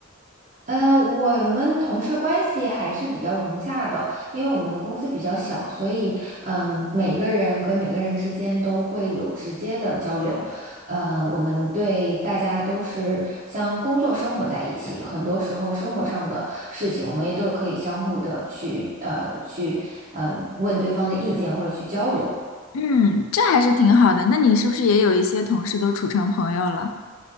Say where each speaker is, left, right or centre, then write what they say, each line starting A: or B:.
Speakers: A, on the right; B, on the left.
A: 呃，我们同事关系还是比较融洽的，因为我们的公司比较小，所以嗯，每个人跟每个人之间都会有直接的交流。嗯，我们对大家都是像工作生活在一起，很多时候生活上的事情，我们也都可以相互的去呃去嗯、呃问对方的意见或者去交流。
B: 嗯，这还是挺好的。那你是不是也有一些同事都处成朋友了？